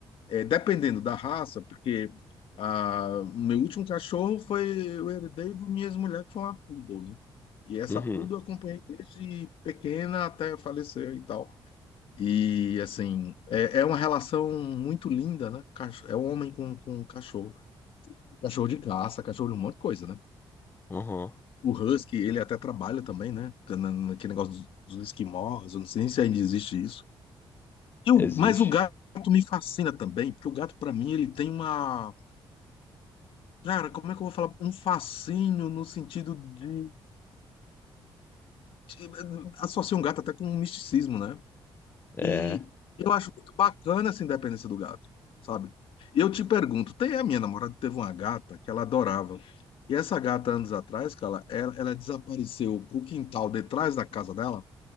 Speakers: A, on the left; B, on the left.
A: É, dependendo da raça, porque a, meu último cachorro foi, eu herdei do minhas mulheres que foi uma poodle, né? E essa
B: uhum,
A: poodle eu acompanhei desde pequena até falecer e tal. E, assim, é, é uma relação muito linda, né? Cach- É um homem com, com um cachorro. Cachorro de caça, cachorro de um monte de coisa, né?
B: uhum.
A: O Husky, ele até trabalha também, né? Tá na- Naquele negócio dos, dos esquimós, eu não sei nem se ainda existe isso. E o,
B: Existe.
A: mas o gato me fascina também, porque o gato, pra mim, ele tem uma. Cara, como é que eu vou falar? Um fascínio no sentido de. de- Associa um gato até com um misticismo, né?
B: É.
A: E eu acho muito bacana essa independência do gato, sabe? E eu te pergunto, tem a minha namorada teve uma gata que ela adorava. E essa gata, anos atrás, cara, ela, ela desapareceu pro quintal detrás da casa dela.